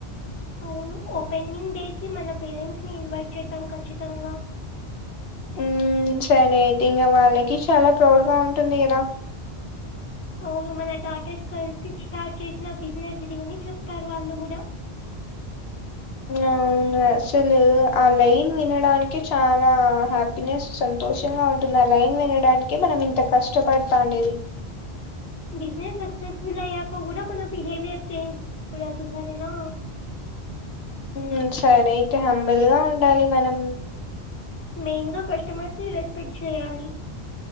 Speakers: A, on the left; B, on the left.
A: అవును ఓపెన్నింగ్ డేకి మన పేరెంట్స్ని ఇన్వైట్ చేద్దాం ఖచ్చితంగా
B: ఊమ్ సరే అయితే ఇంగ వాళ్ళకి చాలా ప్రౌడ్ గ ఉంటుంది కదా
A: అవును మన డాటర్స్ కలిసి స్టార్ట్ చేసిన బిజినెస్ ఇది అని చెప్తారు వాళ్ళు గూడ ఎ
B: అవునసలు ఆ లైన్ వినడానికి చాలా హ్యాప్ నెస్ సంతోషంగా ఉంటుంది ఆ లైన్ వినడానికి మనం ఇంత కష్టపడతాండేది
A: బిజినెస్ సక్సెస్ఫుల్ అయ్యాక కూడ మన బిహేవియర్ చేంజ్ చేయకూడదు సరేనా
B: ఉమ్ సరే అయితే హంబల్ గా ఉండాలి మనం
A: మెయిన్ గా కస్టమర్స్ని రెస్పెక్ట్ చేయాలి